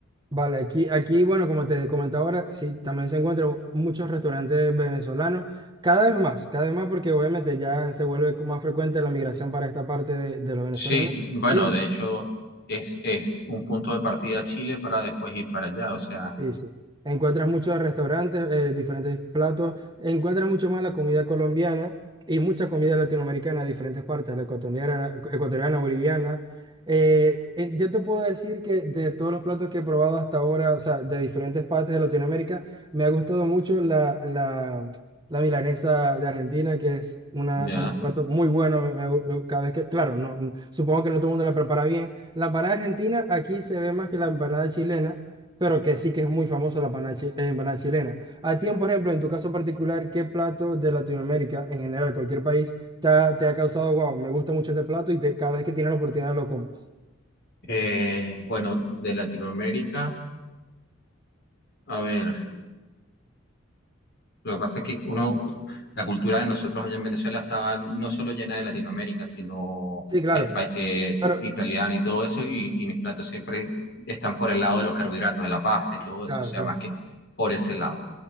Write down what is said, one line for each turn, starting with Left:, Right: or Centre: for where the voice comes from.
Right: vale, aquí, aquí, bueno, como te comentaba ahora, sí, también se encuentran muchos restaurantes venezolanos. Cada vez más, cada vez más, porque obviamente ya se vuelve más frecuente la migración para esta parte de, de los venezolanos.
Left: Sí, bueno,
Right: Y,
Left: de hecho es, es un punto de partida Chile para después ir para allá, o sea,
Right: Sí, sí. Encuentras muchos restaurantes, eh, diferentes platos, encuentras mucho más la comida colombiana y mucha comida latinoamericana de diferentes partes, la ecuatoriana, ecuatoriana, boliviana. Eh, eh, yo te puedo decir que de todos los platos que he probado hasta ahora, o sea, de diferentes partes de Latinoamérica, me ha gustado mucho la, la, la milanesa de Argentina, que es una,
Left: ya.
Right: un plato muy bueno. me- me- me- cada vez que, claro, no, supongo que no todo el mundo la prepara bien. La empanada argentina aquí se ve más que la empanada chilena pero que sí que es muy famoso la empanada, chi- eh, empanada chilena. A ti, por ejemplo, en tu caso particular, ¿qué plato de Latinoamérica, en general, cualquier país, te ha, te ha causado, wow, me gusta mucho este plato y te- cada vez que tienes la oportunidad lo comes?
Left: Eh, bueno, de Latinoamérica, a ver. Lo que pasa es que uno, la cultura de nosotros allá en Venezuela estaba no solo llena de Latinoamérica, sino
Right: Sí, claro,
Left: espa- eh,
Right: pero,
Left: italiana y todo eso, y, y mis platos siempre están por el lado de los carbohidratos, de la pasta y todo
Right: claro,
Left: eso, o sea,
Right: claro.
Left: más que por ese lado.